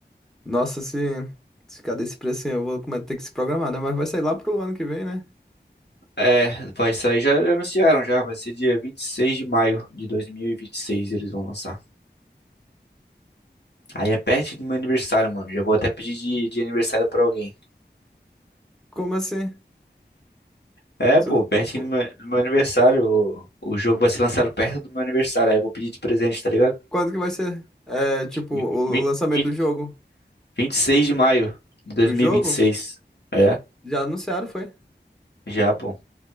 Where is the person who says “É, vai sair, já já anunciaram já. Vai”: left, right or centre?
Left